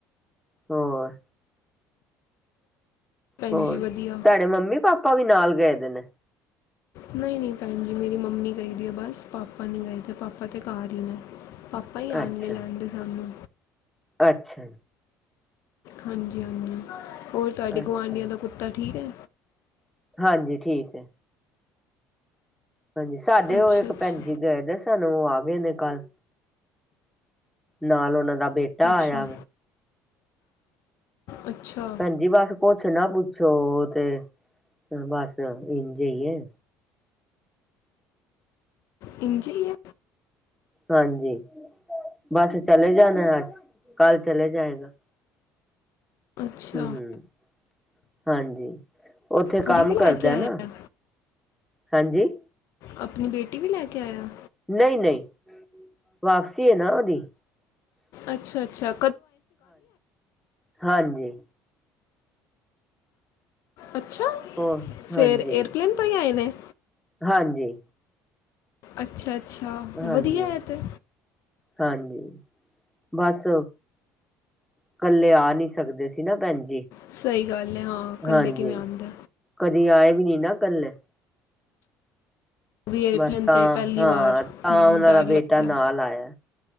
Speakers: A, in the centre; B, on the left.
A: ਹੋਰ?
B: ਭੈਣ
A: ਹੋਰ
B: ਜੀ ਵਧੀਆ
A: ਤੁਆਡੇ ਮੰਮੀ ਪਾਪਾ ਵੀ ਨਾਲ ਗਏ ਨੇ?
B: ਨਈ-ਨਈਂ ਭੈਣ ਜੀ ਮੇਰੀ ਮੰਮੀ ਗਈ ਦੀ ਐ ਬਸ ਪਾਪਾ ਨੀ ਗਏ ਤੇ ਪਾਪਾ ਤਾਂ ਘਰ ਈ ਨੇ। ਪਾਪਾ ਈ ਆਣਗੇ
A: ਅੱਛਾ
B: ਲੈਂਨ
A: ਜੀ
B: ਤੇ ਸਾਨੂੰ।
A: ਅੱਛਾ।
B: ਹਾਂਜੀ-ਹਾਂਜੀ, ਹੋਰ ਤੁਹਾਡੇ
A: ਅੱਛਾ
B: ਗੁਆਂਢੀਆਂ
A: ਜੀ
B: ਦਾ ਕੁੱਤਾ ਠੀਕ ਐ?
A: ਹਾਂਜੀ ਠੀਕ ਐ। ਹਾਂਜੀ ਸਾਡੇ
B: ਅੱਛਾ
A: ਓ ਇੱਕ
B: ਅੱਛਾ
A: ਭੈਣਜੀ। ਗਏ ਦੇ ਸਾਨੂੰ ਓ ਆ ਗਏ ਨੇ ਕੱਲ, ਨਾਲ ਓਨਾਂ ਦਾ ਬੇਟਾ ਟਾ
B: ਅੱਛਾ
A: ਆਏਆ।
B: ਅੱਛਾ
A: ਭੈਣਜੀ ਬਸ ਕੁਛ ਨਾ ਪੁੱਛੋ ਓ ਤੇ ਬਸ ਇੰਜ ਈ ਐ।
B: ਇੰਜ ਈ ਐ।
A: ਹਾਂਜੀ, ਬਸ ਚਲੇ ਜਾਣਾ ਅੱਜ। ਕੱਲ ਚਲੇਆ ਜਾਏਗਾ।
B: ਅੱਛਾ
A: ਹੂੰ ਹਾਂਜੀ, ਓਥੇ
B: ਕੁੜੀ
A: ਕੰਮ
B: ਵੀ ਲੈ
A: ਕਰਦੈ
B: ਕੇ ਆਇਆ
A: ਨਾ।
B: ਹੈ?
A: ਹਾਂਜੀ।
B: ਆਪਣੀ ਬੇਟੀ ਵੀ ਲੈ ਕੇ ਆਏਆ?
A: ਨਈਂ-ਨਈ ਵਾਪਸੀ ਐ ਨਾ ਓਦੀ
B: ਅੱਛਾ-ਅੱਛਾ।
A: ਹਾਂਜੀ-ਹਾਂਜੀ।
B: ਅੱਛਾ,
A: ਹੋਰ
B: ਫੇਰ
A: ਹਾਂਜੀ
B: ਏਅਰਪਲੇਨ ਤੋਂ ਈ ਆਏ ਨੇ?
A: ਹਾਂਜੀ।
B: ਅੱਛਾ-ਅੱਛਾ
A: ਹਾਂਜੀ
B: ਵਦੀਆ ਐ ਤੇ।
A: ਹਾਂਜੀ, ਬਸ ਕੱਲੇ ਆ ਨੀ ਸਕਦੇ ਸੀ ਨਾ ਭੈਣ ਜੀ।
B: ਸਈ ਗੱਲ ਐ ਹਾਂ ਕੱਲੇ
A: ਹਾਂਜੀ
B: ਕਿਵੇਂ ਔਂਦੇ।
A: ਕਦੀ ਆਏ ਵੀ ਨੀ ਨਾ ਕੱਲੇ।
B: ਓ ਵੀ ਏਅਰਪਲੇਨ
A: ਬਸ ਤਾਂ
B: ਤੇ ਪੈਲੀ
A: ਹਾਂ
B: ਵਾਰ
A: ਤਾਂ ਉਹਨਾਂ
B: ਡਰ
A: ਦਾ
B: ਲੱਗਦੈ।
A: ਬੇਟਾ ਨਾਲ ਆਇਆ